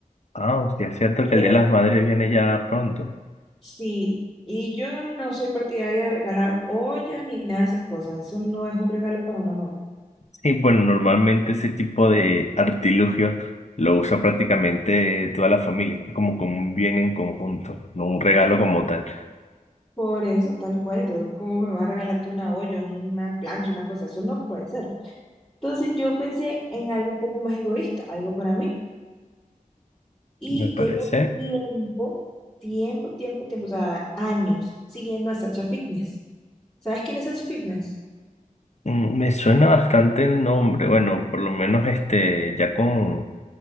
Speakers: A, on the left; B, in the centre.
A: Ah, hostia, es cierto
B: Quiero,
A: que el Día de las Madres viene ya pronto.
B: sí. Y yo no soy partidaria de regalar ollas ni nada de esas cosas. Eso no es un regalo para una mamá.
A: Sí, bueno, normalmente ese tipo de artilugio lo usa prácticamente toda la familia, como con un bien en conjunto, no un regalo
B: Sí,
A: como tal.
B: por eso, tal cual. Entonces, ¿cómo me va a regalar tú una olla, una plancha, una cosa? Eso no puede ser. Entonces, yo pensé en algo un poco más egoísta, algo para mí. Y
A: Me
B: llevo
A: parece,
B: tiempo, tiempo, tiempo, tiempo, o sea, años siguiendo a Sacha Fitness. ¿Sabes quién es Sacha Fitness?
A: mm, me suena bastante el nombre. Bueno, por lo menos este, ya con,